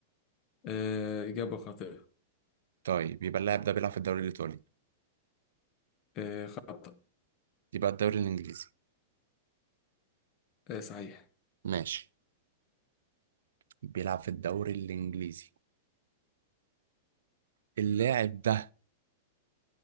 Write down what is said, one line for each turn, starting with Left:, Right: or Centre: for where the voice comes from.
Left: آه اجابة خاطئة
Right: طيب يبقى اللاعب ده بيلعب في الدوري الايطالي
Left: آه خطأ
Right: يبقى الدوري الانجليزي
Left: آه صحيح
Right: ماشي بيلعب في الدوري الانجليزي اللاعب ده